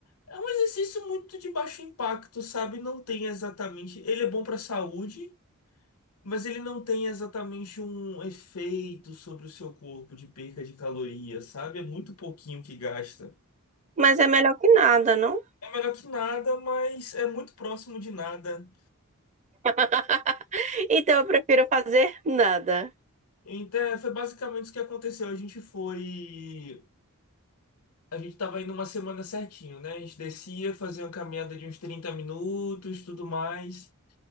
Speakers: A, on the left; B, on the right.
A: é um exercício muito de baixo impacto, sabe? Não tem exatamente. Ele é bom para saúde, mas ele não tem exatamente um efeito sobre o seu corpo de perca de calorias, sabe? É muito pouquinho que gasta.
B: Mas é melhor que nada, não?
A: É melhor que nada, mas é muito próximo de nada.
B: <laughs> Então eu prefiro fazer nada.
A: Então, é, foi basicamente isso que aconteceu. A gente foi. A gente tava indo uma semana certinho, né? A gente descia, fazia uma caminhada de uns 30 minutos, tudo mais.